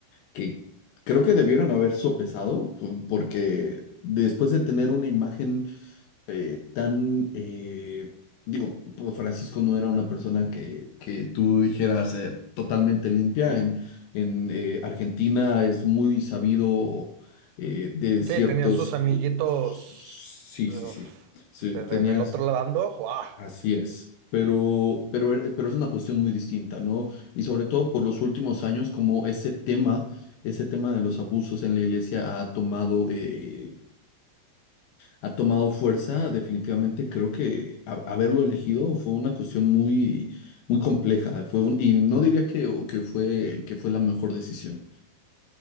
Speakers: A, on the left (about 75°); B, on the right (about 80°).
A: que creo que debieron haber sopesado, pu- porque después de tener una imagen eh, tan, eh, digo, pues, Francisco no era una persona que, que tú dijeras eh, totalmente limpia. En, en eh, Argentina es muy sabido eh, de ciertos...
B: Sí, tenían sus amiguitos
A: cu- Sí,
B: uf,
A: sí, sí. Sí,
B: de-
A: tenías,
B: de- del otro lado, ¡guau!
A: así es. Pero, pero, e- pero es una cuestión muy distinta, ¿no? Y sobre todo por los últimos años, como ese tema, ese tema de los abusos en la iglesia ha tomado eh, ha tomado fuerza, definitivamente creo que ha- haberlo elegido fue una cuestión muy, muy compleja. Fue un- y no diría que, o que fue, que fue la mejor decisión.